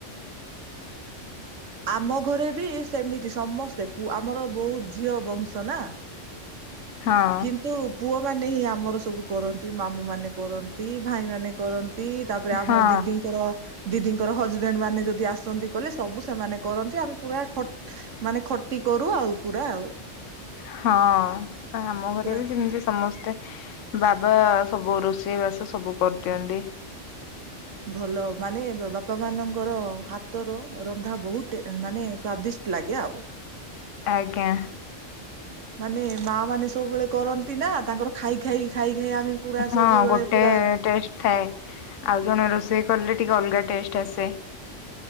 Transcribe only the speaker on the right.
ଆମ ଘରେ ବି ସେମିତି ସମସ୍ତେ। ଆମର ବହୁତ ଝିଅ ବଂଶ ନା।
କିନ୍ତୁ ପୁଅ ମାନେ ହିଁ ଆମର ସବୁ କରନ୍ତି, ମାମୁଁ ମାନେ କରନ୍ତି, ଭାଇ ମାନ କରନ୍। ତି ତାପରେ ଆମର
ଦିଦିଙ୍କର। ଦିଦିଙ୍କର ହଜବେଣ୍ଡ ମାନେ ଯଦି ଆସନ୍ତି କହିଲେ ସବୁ ସେମାନେ କରନ୍ତି। ଆମେ ପୁରା ମାନେ ଖଟି କରୁ ଆଉ ପୁରା ଆଉ।
ପୁରା
ଭଲ ମାନେ ବାପା ମାନଙ୍କର ହାତର ରନ୍ଧା ବହୁତ ମାନେ ସ୍ଵାଦିଷ୍ଟ୍। ଲାଗେ ଆଉ।
ମାନେ ମା ମାନେ ସବୁବେଳେ କରନ୍ତି ନା ତାଙ୍କର ଖାଇ ଖାଇ ଖାଇ ଖାଇ ଆମେ ପୁରା
ସବୁବେଳେ
ପୁରା